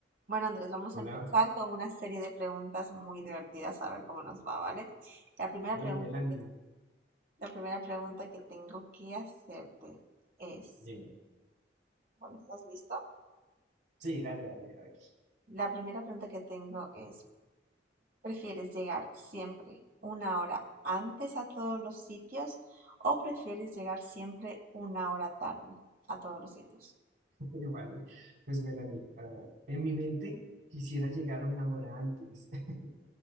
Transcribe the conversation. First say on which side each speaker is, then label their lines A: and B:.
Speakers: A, on the right (about 50°); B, on the right (about 80°).
A: Bueno, Andrés, vamos
B: Hola,
A: a empezar con una serie de preguntas muy divertidas, a ver cómo nos va, ¿vale? La primera
B: vale,
A: pregunta
B: Melanie,
A: que, la primera pregunta que tengo que hacerte es,
B: dime.
A: bueno, ¿estás listo?
B: Sí, dale, dale, a ver.
A: La primera pregunta que tengo es, ¿prefieres llegar siempre una hora antes a todos los sitios o prefieres llegar siempre una hora tarde a todos los sitios?
B: <laughs> Vale, pues Melanie, ah, en mi mente quisiera llegar una hora antes, <laughs>